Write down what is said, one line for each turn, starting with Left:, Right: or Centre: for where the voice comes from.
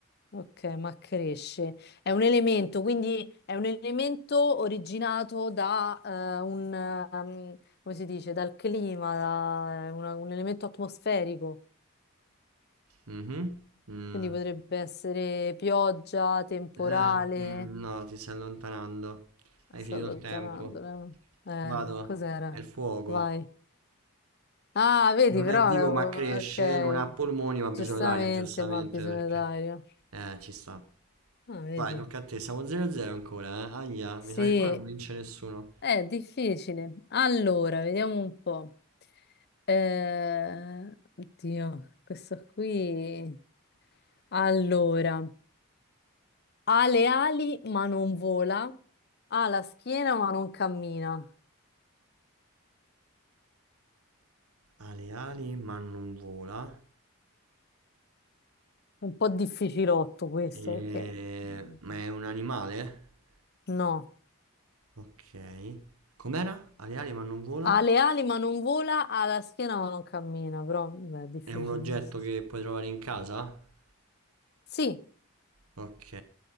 Left: Ok, ma cresce. È un elemento, quindi è un elemento originato da eh, un... ehm, come si dice? Dal clima, da eh, una- un elemento atmosferico.
Right: Mhm. Mm.
Left: Quindi potrebbe essere pioggia, temporale.
Right: Eh, mm, no, ti stai allontanando. Hai
Left: Sto
Right: finito
Left: allontanando.
Right: il tempo.
Left: Eh, Eh,
Right: Vado.
Left: cos'era?
Right: È il fuoco.
Left: Vai. Ah, vedi,
Right: Non
Left: però
Right: è vivo
Left: l'avevo-
Right: ma cresce,
Left: Ok,
Right: non ha polmoni ma ha
Left: giustamente,
Right: bisogno d'aria, giustamente
Left: ma bisogna
Right: perché...
Left: dare.
Right: Eh, ci sta.
Left: Ah, vedi.
Right: Vai, tocca a te. Siamo 0-0 ancora, eh? Aia,
Left: Sì,
Right: mi sa che qua non vince nessuno.
Left: è difficile. Allora, vediamo un po'. Eh, oddio, questo qui. Allora, ha le ali ma non vola, ha la schiena ma non cammina.
Right: Ha le ali ma non vola.
Left: È un po' difficilotto questo
Right: E-
Left: perché eh,
Right: Ma è un animale?
Left: no,
Right: Ok. Com'era? Ha le ali ma non vola?
Left: ha le ali ma non vola, ha la schiena ma non cammina, però beh, è difficile
Right: È un oggetto
Left: questo.
Right: che puoi trovare in casa?
Left: Sì,
Right: Ok.